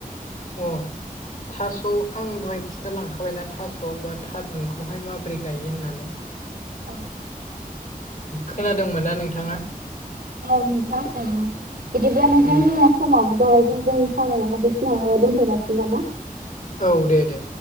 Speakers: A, on the left; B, on the right.
A: अ थास' आं दहाय खिथा लांखाबायना थास' बा थारुनखौहाय माब्रै गायो होननानै
B: औ
A: खोनादोंमोन ना नोंथाङा
B: औ नोंथां औ बिदिब्ला नोंथांनि
A: उम
B: जोंङ समाव ज जों जों सागखौ बेसिांनो दोनथ'गासिनो नामा
A: औ दे दे